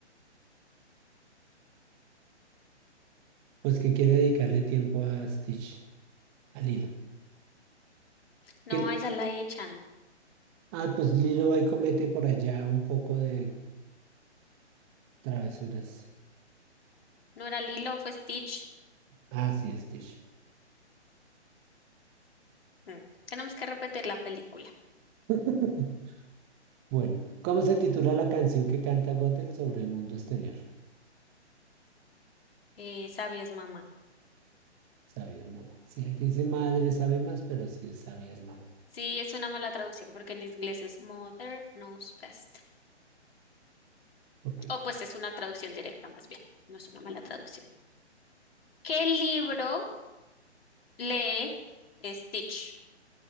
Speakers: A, on the right; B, on the left.
A: Pues que quiere dedicarle tiempo a Stitch, a Lilo.
B: No,
A: ¿Qué-
B: a ella la echan.
A: Ah, pues Lilo va y comete por allá un poco de travesuras.
B: No era Lilo, fue Stitch.
A: Ah, sí, Stitch.
B: Mm. Tenemos que repetir la película.
A: <laughs> Bueno, ¿cómo se titula la canción que canta Gothel sobre el mundo exterior?
B: Eh, sabias, mamá.
A: Sabías, mamá. Sí, aquí dice madre sabe más, pero sí es sabías, mamá.
B: Sí, es una mala traducción porque en inglés es Mother Knows Best.
A: Ok.
B: O pues es una traducción directa más bien. No es una mala traducción. ¿Qué libro lee Stitch?